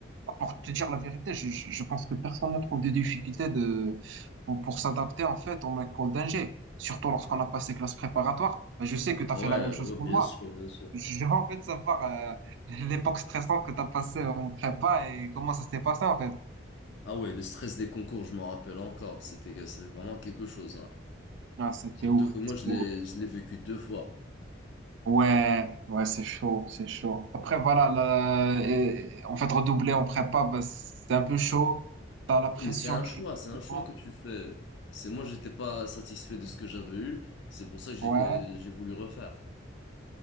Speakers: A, on the right (about 70°); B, on the left (about 65°).
A: pour te dire la vérité, je, je je pense que personne ne trouve des difficultés de, pour, pour s'adapter en fait en école d'ingé. Surtout lorsqu'on a passé classe préparatoire. Bah, Je sais que tu
B: Ah
A: as fait
B: Ouais,
A: la même chose
B: ouais,
A: que
B: bien
A: moi.
B: sûr, bien sûr.
A: Je veux en fait savoir euh, l'époque stressante que tu as passée en prépa et comment ça s'est passé en fait.
B: Ah ouais, le stress des concours, je m'en rappelle encore. C'était, c'était vraiment quelque chose, hein.
A: Ah, c'était
B: Surtout
A: ouf,
B: que moi,
A: c'était
B: je l'ai,
A: ouf.
B: je l'ai vécu deux fois.
A: Ouais, ouais, c'est chaud, c'est chaud. Après, voilà, le- et- en fait, redoubler en prépa, bah, c'est un peu chaud. T'as la pression
B: Mais c'est un
A: qui...
B: choix, c'est un
A: qui
B: choix
A: monte.
B: que tu fais. C'est moi, j'étais pas satisfait de ce que j'avais eu. C'est pour ça que j'ai,
A: Ouais,
B: que j'ai voulu refaire.